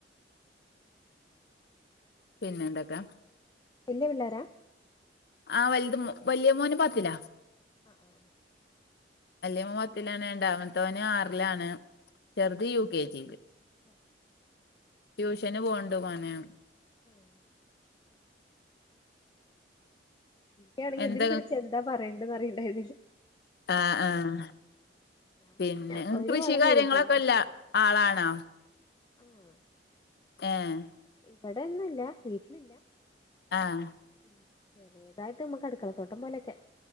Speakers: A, on the left; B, on the left.
A: പിന്നെ എന്തൊക്കെ?
B: വലിയ പിള്ളേര?
A: ആഹ് വലത വലിയ മോനെ പത്തില്ല-
B: ആഹ് ഉം ഉം.
A: അല്ല മൂവത്തിലാണ് രണ്ടാവത്തവന് ആറിലാണ്- ചെറുത് യു കെ ജിയില്-
B: ഓഹ്
A: ട്യൂഷന് പോകണ്ട മോന്?
B: ആഹ്- എനാണെങ്കിൽ
A: എന്താ
B: ഇതിൽ വിളിച്ച് എന്താ പറയേണ്ടതന്ന് അറിയണ്ട ഇതില്
A: ആഹ് ആഹ്
B: ഞാൻ
A: പിന്നെ
B: മുന്നേ ഒരു
A: കൃഷി
B: കൊളം
A: കാര്യങ്ങളൊക്കെ
B: ചെയ്തിട്ടുള്ളൂ
A: ഇല്ല ആളാണോ?
B: ആഹ്-
A: ഏഹ്-
B: ഇവിടെൊന്നുമല്ല വീട്ടിലില്ല
A: ആഹ്
B: ഉം ചെറിയതായിട്ട് നമ്മുക്ക് അടുക്കളത്തോട്ടം പോലെയൊക്കെ-